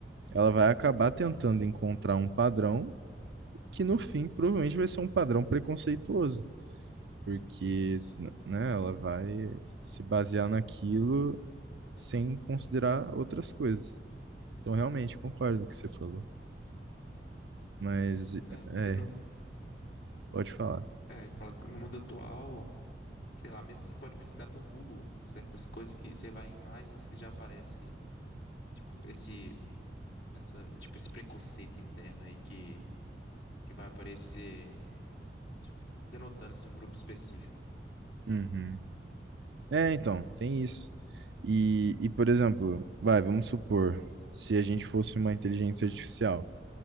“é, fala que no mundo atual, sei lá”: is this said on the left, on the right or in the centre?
Left